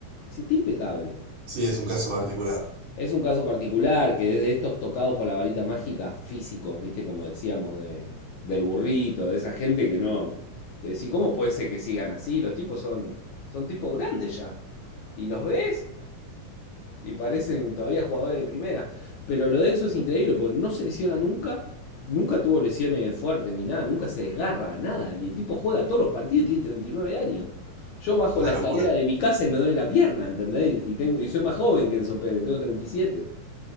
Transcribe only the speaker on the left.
Si está impecable.
Es un caso particular que desde estos tocados por la varita mágica físicos, viste, como decíamos, de, del burrito, de esa gente que no. Que decís, ¿cómo puede ser que sigan así? Los tipos son, son tipos grandes ya. Y los ves y parecen todavía jugadores de primera. Pero lo denso es increíble porque no se lesiona nunca. Nunca tuvo lesiones fuertes ni nada, nunca se desgarra nada. Y el tipo juega todos los partidos, y tiene 39 años. Yo bajo
la escalera
de mi casa y me duele la pierna, ¿entendés? Y, tengo, y soy más joven que Enzo Pérez, tengo 37.